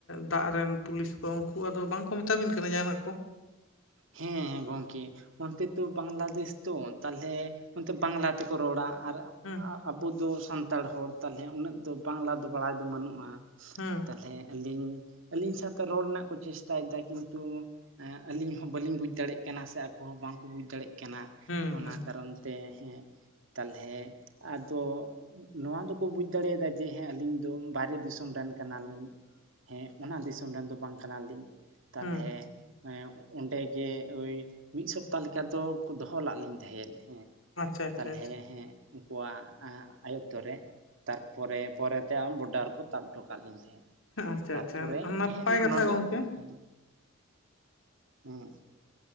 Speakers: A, on the left (about 70°); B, on the right (about 65°).
A: ᱫᱟᱜ ᱨᱮᱱ ᱯᱩᱞᱤᱥ ᱠᱚ ᱩᱝᱠᱩ ᱟᱫᱚ ᱵᱟᱝᱠᱚ ᱢᱮᱛᱟᱵᱤᱱ ᱠᱟᱱᱟ ᱡᱟᱦᱟᱸᱱᱟᱜ ᱠᱚ?
B: ᱦᱮᱸ ᱜᱚᱢᱠᱮ ᱾ ᱚᱱᱛᱮ ᱛᱚ ᱵᱟᱝᱞᱟᱫᱮᱥ ᱛᱚ ᱛᱟᱦᱞᱮ ᱚᱱᱛᱮ ᱵᱟᱝᱞᱟ ᱛᱮᱠᱚ ᱨᱚᱲᱟ ᱾ ᱟᱨ
A: ᱦᱩᱸ
B: ᱟᱵᱚ ᱫᱚ ᱥᱟᱱᱛᱟᱲ ᱦᱚᱲ ᱛᱟᱦᱚᱞᱮ ᱩᱱᱟᱹᱜ ᱫᱚ ᱵᱟᱝᱞᱟ ᱫᱚ ᱵᱟᱲᱟᱭ ᱫᱚ ᱵᱟᱹᱱᱩᱜᱼᱟ ᱾
A: ᱦᱩᱸ ᱾
B: ᱛᱟᱦᱞᱮ ᱟᱹᱞᱤᱧ ᱟᱹᱞᱤᱧ ᱥᱟᱶᱛᱮ ᱨᱚᱲ ᱨᱮᱱᱟᱜ ᱠᱚ ᱪᱮᱥᱴᱟᱭᱫᱟ ᱠᱤᱱᱛᱩ ᱟᱹᱞᱤᱧ ᱦᱚᱸ ᱵᱟᱹᱞᱤᱧ ᱵᱩᱡᱽ ᱫᱟᱲᱮᱜ ᱠᱟᱱᱟ ᱥᱮ ᱟᱠᱚ ᱦᱚᱸ ᱵᱟᱝᱠᱚ ᱵᱩᱡᱽ ᱫᱟᱲᱮᱜ ᱠᱟᱱᱟ,
A: ᱦᱩᱸ
B: ᱚᱱᱟ
A: ᱦᱩᱸ
B: ᱠᱟᱨᱚᱱ ᱛᱮ, ᱦᱮᱸ ᱛᱟᱦᱞᱮ ᱟᱫᱚ ᱱᱚᱣᱟ ᱫᱚᱠᱚ ᱵᱩᱡᱽ ᱫᱟᱲᱮᱭᱟᱫᱟ ᱡᱮ ᱦᱮᱸ ᱟᱹᱞᱤᱧ ᱫᱚ ᱵᱟᱦᱨᱮ ᱫᱤᱥᱚᱢ ᱨᱮᱱ ᱠᱟᱱᱟᱞᱤᱧ ᱾ ᱦᱮᱸ ᱚᱱᱟ ᱫᱤᱥᱚᱢ ᱨᱮᱱ ᱫᱚ ᱵᱟᱝ ᱠᱟᱱᱟᱞᱤᱧ ᱛᱟᱦᱞᱮ
A: ᱦᱩᱸ
B: ᱦᱮᱸ ᱚᱸᱰᱮ ᱜᱮ ᱳᱭ ᱢᱤᱫ ᱥᱚᱯᱛᱟ ᱞᱮᱠᱟ ᱫᱚᱠᱚ ᱫᱚᱦᱚ ᱞᱟᱜ ᱞᱤᱧ ᱛᱟᱦᱮᱸᱫ ᱦᱮᱸ
A: ᱟᱪᱪᱷᱟ
B: ᱾
A: ᱟᱪᱪᱷᱟ
B: ᱛᱟᱦᱞᱮ
A: ᱟᱪᱪᱷᱟ
B: ᱦᱮᱸ ᱩᱱᱠᱩᱣᱟᱜ ᱟᱭᱚᱛᱛᱚ ᱨᱮ, ᱛᱟᱨᱯᱚᱨᱮ ᱯᱚᱨᱮᱛᱮ ᱟᱢ ᱵᱚᱰᱟᱨ ᱠᱚ ᱛᱟᱵ ᱦᱚᱴᱚ ᱠᱟᱜ ᱞᱤᱧ ᱛᱟᱦᱮᱸᱫ
A: ᱟᱪᱪᱷᱟ
B: ᱾ ᱛᱟᱨᱯᱚᱨᱮ
A: ᱟᱪᱪᱷᱟ ᱱᱟᱯᱟᱭ
B: ᱦᱮᱸ
A: ᱠᱟᱛᱷᱟ
B: ᱱᱚᱰᱮ
A: ᱜᱚᱢᱠᱮ
B: ᱦᱮᱸ ᱦᱩᱸ